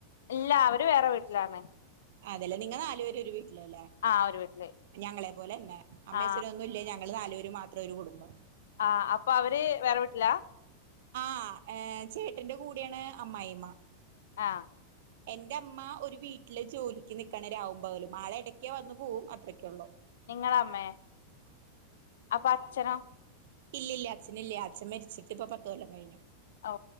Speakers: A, on the left; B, on the right.
A: ഇല്ല അവര് വേറെ വീട്ടിലാണ്
B: അതെല്ലേ നിങ്ങ നാല് പേരും ഒരു ട്ട് ല് ലെ
A: ആ ഒരു വീട്ടില്
B: ഞങ്ങളെ പോലെന്നെ അമ്മേഅച്ഛനും
A: ആ
B: ഒന്നൂല്യ ഞ ഞങ്ങള് നാലുപേര് മാത്രം ഒരു കുടുംബം
A: ആഹ അപ്പൊ അവര് വേറെ വീട്ടില
B: ആ ഏ ചേട്ടന്റെ കൂടെയാണ് അമ്മായിമ്മ
A: ആഹ
B: എന്റെ അമ്മ ഒരു വീട്ടില് ജോലിക്ക് നിക്കാണ് രാവും പകലും ആള് ഇടയ്ക്ക് വന്നു പോകും അതക്കെ ഉള്ളു
A: നിങ്ങളമ്മേ അപ്പൊ അച്ഛനോ
B: ഇല്ല ഇല്ല അച്ഛനില്ല അച്ഛൻ മരിച്ചിട്ട് ഇപ്പൊ പത്ത് കൊല്ലം കഴിഞ്ഞു
A: ഓ